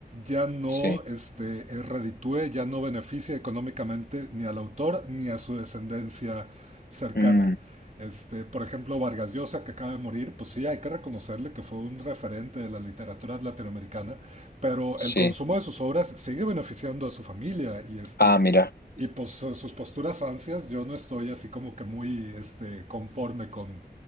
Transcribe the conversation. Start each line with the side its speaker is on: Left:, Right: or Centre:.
Right: ya no
Left: sí.
Right: este, eh, reditúe, ya no beneficia económicamente ni al autor ni a su descendencia cercana.
Left: Mm,
Right: Este, por ejemplo, Vargas Llosa, que acaba de morir, pues sí, hay que reconocerle que fue un referente de la literatura latinoamericana, pero
Left: sí.
Right: el consumo de sus obras sigue beneficiando a su familia y, este,
Left: Ah, mira,
Right: y pues su- sus posturas rancias, yo no estoy así como que muy este, conforme con,